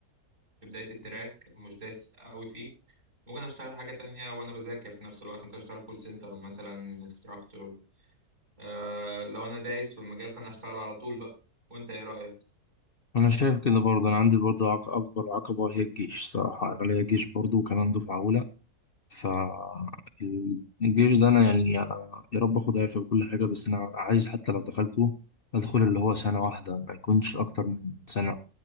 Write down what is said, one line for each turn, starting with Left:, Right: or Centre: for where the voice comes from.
Right: في بداية التراك مش دايس قوي فيه ممكن اشتغل حاجة تانية وانا بذاكر في نفس الوقت ممكن اشتغل كول سنتر مثلا انستراكتور أه لو انا دايس في المجال فانا اشتغل على طول بقى وانت ايه رأيك؟
Left: انا شايف كده برضه انا عندي برضه عق- اكبر عقبة هي الجيش صراحة انا ليا جيش برضه وكمان دفعة اولى فالجيش ده انا يعني انا يا رب اخد عافية وكل حاجة بس انا عايز حتى لو دخلته ادخل اللي هو سنة واحدة ما يكونش اكتر من سنة